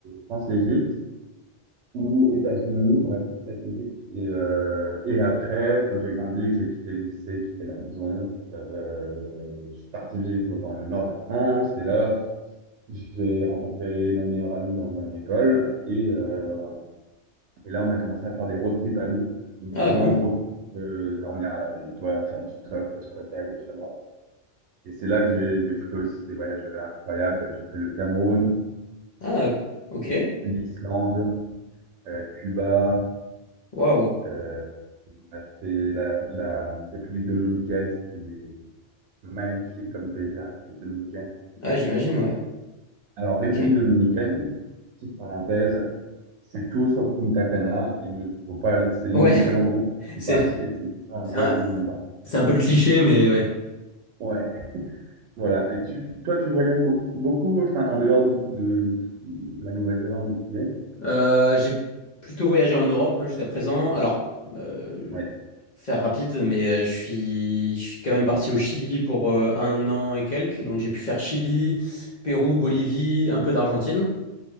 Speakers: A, on the right; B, on the left.
A: France-Égypte. ou États-Unis, ouais, peut-être les- Et, euh, et après, quand j'ai grandi, que j'ai quitté le lycée, quitté la maison, euh, je suis parti vivre dans le nord de la France. Et là, j'ai rencontré mon meilleur ami dans mon école. Et, euh, et là, on a commencé à faire des road trips à deux. Donc,
B: Ah,
A: vraiment
B: cool.
A: road trip, euh, dormir à la belle étoile, faire du stop, squatter à gauche, à droite. Et c'est là que j'ai j'ai fait aussi des voyages incroyables. J'ai fait le Cameroun,
B: Ah, ok.
A: l'Islande, euh, Cuba.
B: Waouh.
A: Euh, on a fait la, la République dominicaine, c'était des- magnifique comme pays, la République dominicaine.
B: Ah, j'imagine, ouais.
A: Alors, République
B: Ok.
A: dominicaine, petite parenthèse, c'est tout sauf Punta Cana. Il ne faut pas, aller- c'est le
B: Ouais,
A: seul endroit où il
B: <laughs>
A: faut
B: c'est
A: pas aller, et c'est le seul endroit
B: c'est un,
A: où tout le monde va.
B: c'est un peu le cliché, mais ouais.
A: Ouais, voilà. Et tu, toi, tu voyages beaucoup, beaucoup, enfin, en dehors du coup de, de la Nouvelle-Zélande où tu es.
B: Euh, j'ai plutôt voyagé en Europe, moi, jusqu'à présent. Alors, euh,
A: Ouais.
B: faire rapide, mais euh, je suis, je suis quand même parti au Chili pour euh, un an et quelques. Donc, j'ai pu faire Chili, Pérou, Bolivie, un peu d'Argentine.